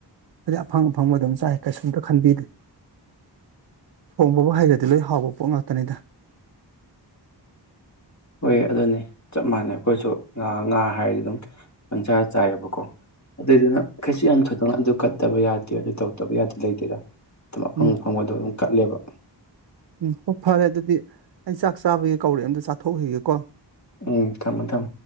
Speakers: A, on the right; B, on the left.
A: ꯍꯥꯏꯗꯤ ꯑꯐꯪ ꯑꯐꯪꯕ ꯑꯗꯨꯝ ꯆꯥꯏ ꯀꯩꯁꯨꯝꯇ ꯈꯟꯕꯤꯗꯦ ꯍꯣꯡꯕꯕꯨ ꯍꯩꯔꯗꯤ ꯂꯣꯏ ꯍꯥꯎꯕ ꯄꯣꯠ ꯉꯥꯛꯇꯅꯤꯗ
B: ꯍꯣꯏ ꯑꯗꯨꯅꯤ ꯆꯞ ꯃꯥꯟꯅꯩ ꯑꯩꯈꯣꯏꯁꯨ ꯉꯥ ꯉꯥ ꯍꯥꯏꯔꯗꯤ ꯑꯗꯨꯝ ꯄꯪꯁꯥ ꯆꯥꯏꯑꯕꯀꯣ ꯑꯗꯨꯏꯗꯨꯅ ꯀꯩꯁꯨ ꯌꯥꯝ ꯊꯣꯏꯗꯣꯛꯅ ꯑꯗꯨ ꯐꯠꯇꯕ ꯌꯥꯗꯦ ꯑꯗꯨ ꯇꯧꯗꯕ ꯌꯥꯗꯦ ꯂꯩꯇꯦꯗ ꯑꯗꯨꯝ ꯃꯐꯪ
A: ꯎꯝ
B: ꯑ ꯐꯪꯕꯗꯣ ꯑꯗꯨꯝ ꯀꯠꯂꯦꯕ
A: ꯎꯝ ꯍꯣꯏ ꯐꯔꯦ ꯑꯗꯨꯗꯤ ꯑꯩ ꯆꯥꯛ ꯆꯥꯕꯒꯤ ꯀꯧꯔꯛꯑꯦ ꯑꯝꯗ ꯆꯥꯊꯣꯛꯈꯤꯒꯦꯀꯣ
B: ꯎꯝ ꯊꯝꯃꯨ ꯊꯝ